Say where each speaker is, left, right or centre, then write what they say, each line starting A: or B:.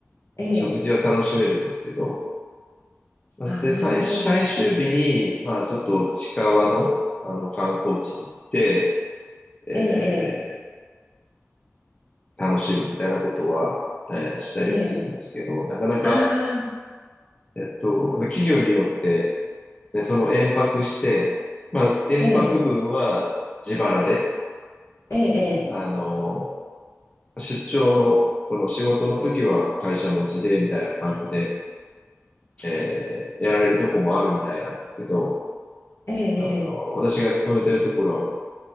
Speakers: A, on the left (about 65°); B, on the left (about 25°).
A: ええ。
B: あの食事は楽しめるんですけど、まあで、
A: あなるほど。
B: 最、最終日に、まあ、ちょっと近場の、あの観光地に行って、えー
A: ええ、
B: 楽しむみたいなことは、えーしたりはするんですけど、
A: ええ、ええ。
B: なかなか、
A: ああ、
B: えっと、やっぱ企業によって、で、その延泊して、まあ、延泊分は自腹で、
A: ええ、ええ、
B: あの、出張の、この仕事の時は会社持ちで、みたいな感じで、えーやられるとこもあるみたいなんですけど、
A: ええ、ええ、
B: あの、私が勤めてるところはもう、